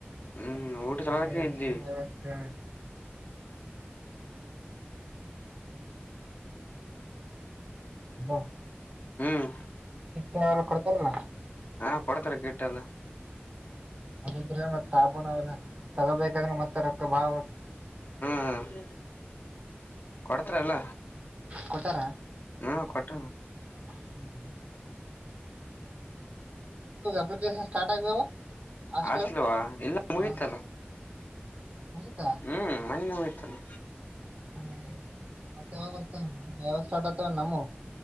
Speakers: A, on the left; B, on the right.
A: ಹ್ಮ್ ಊಟ ಚಲೋಕ
B: ಹ ನೀರಿ
A: ಇದ್ದಿ
B: ವ್ಯವಸ್ಥೆ <inaudible> ಅಲ್ಲ
A: ಹ್ಮ್
B: ಚಿಟ್ಟ ಕೊಡ್ತಾರಲ್ಲ
A: ಹಾ ಕೊಡ್ತಾರ ಕಿಟ್ ಎಲ್ಲ
B: ನೀದ್ರೆ ಮತ್ತತ್ ಸಾಬೂನಲ್ಲ ತಗೋಬೇಕಾದ್ರೆ ಮತ್ತೆ ರೊಕ್ಕ ಬಾ ಬ
A: ಹ್ಮ ಕೊಡ್ತರ
B: ಕೊಟ್ಟಾರ
A: ಹ್ಮ ಕಟ್ಟರ
B: <inaudible> ಅಪ್ಲಿಕೇಶನ್ ಸ್ಟಾರ್ಟ್ ಆಗಾವ ಹಾಸ್ಟ್
A: ಆಸ್ಲವಾ
B: ಲ
A: ಇಲ್ಲ ಮುಗತಲ್ಲ
B: ಹ ಮುಗಿತಾ
A: ಹ್ಮ್ ಮನ್ನೆ ಹೋಯ್ತಲ್ಲ
B: ಮತ್ತೆ ಯಾವಾಗ ಬರ್ತ ಯಾವಾಗ ಸ್ಟಾರ್ಟ್ ಆತವ ನಮ್ಮ